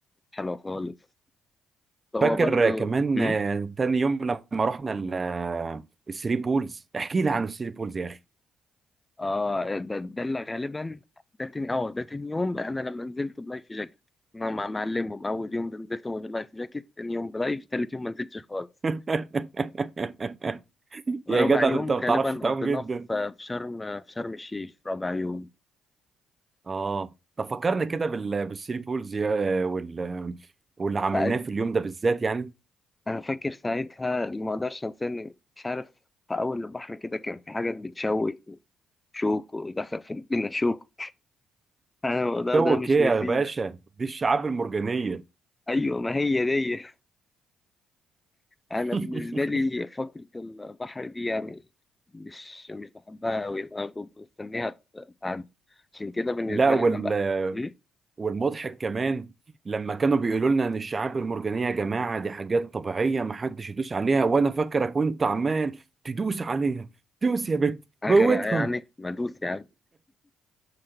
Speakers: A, on the left; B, on the right.
A: حلوه خالص هو
B: فاكر
A: برضو
B: كمان
A: مم؟
B: آه، تاني يوم لما رحنا ال- آه، الثري بولز احكي لي عن الثري بولز يا اخي
A: اه ده ده اللي غالبا ده تاني اه ده تاني يوم انا لما نزلت بلايف جاكيت انا مع معلمهم اول يوم ده نزلت من غير لايف جاكيت تاني يوم بلايف تالت يوم ما نزلتش خالص
B: <laughs>
A: رابع
B: يا جدع
A: يوم
B: ده انت ما
A: غالبا
B: بتعرفش تعوم
A: قضيناه
B: جدا
A: في في شرم في شرم الشيخ رابع يوم
B: اه طب فكرنا كده بال... بالثري بولز يا... آه، وال... آه، واللي عملناه
A: ساعت
B: في اليوم ده بالذات يعني
A: انا فاكر ساعتها اللي ما اقدرش انساه إن- مش عارف في اول البحر كده كان في حاجات بتشوك شوك ودخل في لنا شوك انا الموضوع
B: شوك
A: ده مش
B: ايه
A: ناسيه
B: يا باشا دي الشعاب المرجانيه
A: ايوه ما هي دي انا
B: <laughs>
A: بالنسبه لي فقره البحر دي يعني مش مش بحبها قوي انا بستنيها ت- تعدي عشان كده بالنسبه
B: لا وال
A: لي انا بقى
B: آه،
A: م?
B: والمضحك كمان لما كانوا بيقولوا لنا ان الشعاب المرجانيه يا جماعه دي حاجات طبيعيه ما حدش يدوس عليها وانا فاكرك وانت عمال تدوس عليها دوس يا بت
A: اغرق
B: موتهم
A: يعني ما ادوس يعني